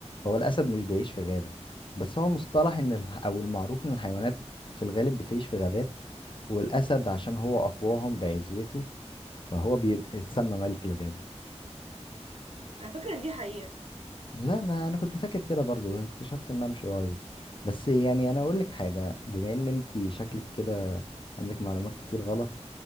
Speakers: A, on the left; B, on the right.
A: هو الأسد مش بيعيش في غابة بس هو مصطلح إن الح- أو المعروف إن الحيوانات في الغالب بتعيش في غابات والأسد عشان هو أقواهم بعزوته فهو بيتسمى ملك الغابة
B: انا فاكره ان دي حقيقه
A: لا ما انا كنت فاكر كده برضو اكتشفت انها مش قريب بس يعني انا اقول لك حاجه بما ان انت شكلك كده عندك معلومات كتير غلط